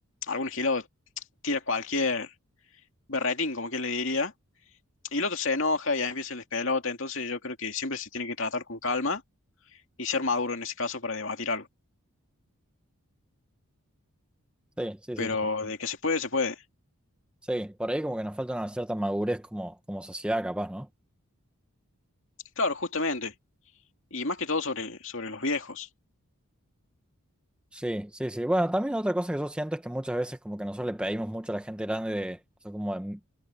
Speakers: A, on the left; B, in the centre.
A: algún gilado tira cualquier berretín, como quien le diría, y el otro se enoja y ahí empieza el despelota. Entonces yo creo que siempre se tiene que tratar con calma y ser maduro en ese caso para debatir algo.
B: Sí, sí,
A: pero
B: sí, total.
A: de que se puede, se puede.
B: Sí, por ahí como que nos falta una cierta madurez como, como sociedad, capaz, ¿no?
A: Claro, justamente, y más que todo sobre, sobre los viejos.
B: Sí, sí, sí. Bueno, también otra cosa que yo siento es que muchas veces como que nosotros le pedimos mucho a la gente grande de, o sea, como de